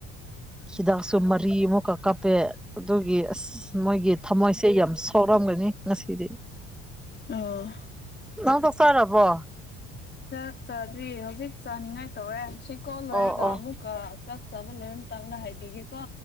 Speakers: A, in the centre; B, on the left.
A: ꯍꯤꯗꯥꯛꯁꯨ ꯃꯔꯤ ꯑꯃꯨꯛꯀꯛ ꯀꯥꯞꯄꯦ ꯑꯗꯨꯒꯤ ꯑꯁ ꯃꯣꯏꯒꯤ ꯊꯝꯃꯣꯏꯁꯦ ꯌꯥꯝ ꯁꯣꯛꯔꯝꯒꯅꯤ ꯉꯁꯤꯗꯤ꯫
B: ꯑꫭ꯫
A: ꯅꯪ ꯆꯛ ꯆꯥꯔꯕꯣ꯫
B: ꯆꯥꯛ ꯆꯥꯗ꯭ꯔꯤ ꯍꯧꯖꯤꯛ ꯆꯥꯅꯤꯡꯉꯥꯏ ꯇꯧꯋꯦ ꯁꯤ ꯀꯣꯜ ꯂꯣꯏꯔꯒ
A: ꯑꯣ ꯑꯣ
B: ꯑꯃꯨꯛ ꯀꯥ ꯆꯥꯛ ꯆꯥꯕ ꯂꯣꯏꯔ ꯃꯇꯝꯗ ꯍꯥꯏꯗꯤꯒꯦꯀꯣ꯫